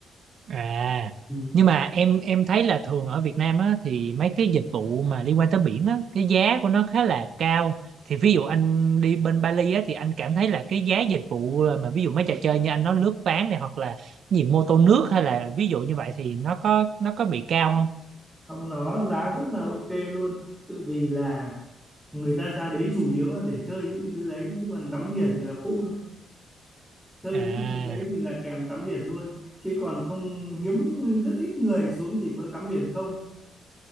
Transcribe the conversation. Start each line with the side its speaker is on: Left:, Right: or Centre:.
Right: À,
Centre: ừ.
Right: nhưng mà em em thấy là thường ở Việt Nam á thì mấy cái dịch vụ mà liên quan tới biển á, cái giá của nó khá là cao. Thì ví dụ anh đi bên Bali á thì anh cảm thấy là cái giá dịch vụ mà ví dụ mấy trò chơi như anh nói lướt ván này hoặc là gì mô tô nước hay là ví dụ như vậy thì nó có nó có bị cao không?
Centre: không nó giá rất là ok luôn tự vì là người ta ra đấy chủ yếu là để chơi những cái thứ đấy chứ còn tắm biển thì là phụ thôi chơi
Right: À,
Centre: những thứ đấy thì là kèm tắm biển luôn chứ còn không hiếm rất ít người xuống chỉ có tắm biển không